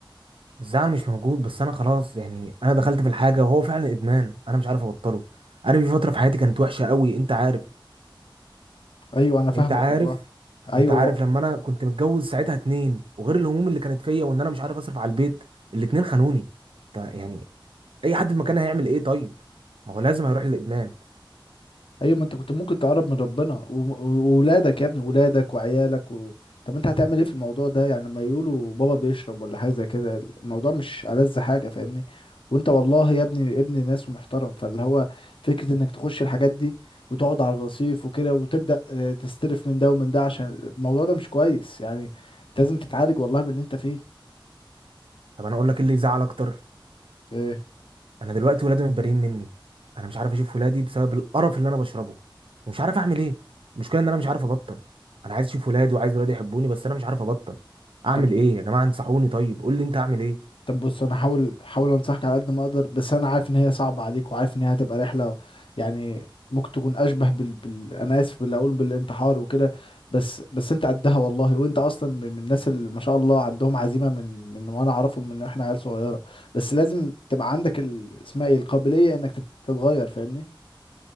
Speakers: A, on the right; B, on the left.
A: الزعل مش موجود بس انا خلاص يعني انا دخلت في الحاجه وهو فعلا ادمان انا مش عارف ابطله انا في فتره في حياتي كانت وحشه قوي انت عارف
B: ايوه انا فاهمك
A: انت عارف
B: والله ايوه
A: انت عارف لما انا كنت متجوز ساعتها اتنين وغير الهموم اللي كانت فيا وان انا مش عارف اصرف على البيت الاتنين خانوني طيب يعني اي حد في مكاني هيعمل ايه طيب ما هو لازم هيروح للادمان
B: ايوه ما انت كنت ممكن تقرب من ربنا و- و- وولادك يا ابني ولادك وعيالك و... طب انت هتعمل ايه في الموضوع ده يعني لما يقولوا بابا بيشرب ولا حاجه زي كده الموضوع مش ألذ حاجه فاهمني وانت والله يا ابني ابن ناس ومحترم فاللي هو فكره انك تخش الحاجات دي وتقعد على الرصيف وكده وتبدا آه، تستلف من ده ومن ده عشان الموضوع ده مش كويس يعني انت لازم تتعالج والله من اللي انت فيه
A: طب انا اقول لك إيه اللي يزعل اكتر
B: ايه
A: انا دلوقتي ولادي متبريين مني انا مش عارف اشوف ولادي بسبب القرف اللي انا بشربه ومش عارف اعمل ايه المشكله ان انا مش عارف ابطل انا عايز اشوف ولادي وعايز ولادي يحبوني بس انا مش عارف ابطل اعمل
B: طب
A: ايه يا جماعه انصحوني طيب قول لي انت اعمل ايه
B: طب بص انا هحاول هحاول انصحك على قد ما اقدر بس انا عارف ان هي صعبه عليك وعارف ان هي هتبقى رحله يعني ممكن تكون اشبه بال, بال... انا اسف باللي اقول بالانتحار وكده بس بس انت قدها والله وانت اصلا من من الناس اللي ما شاء الله عندهم عزيمه من من وانا اعرفهم من احنا عيال صغيره بس لازم تبقى عندك ال... اسمها ايه القابليه انك تت- تتغير فاهمني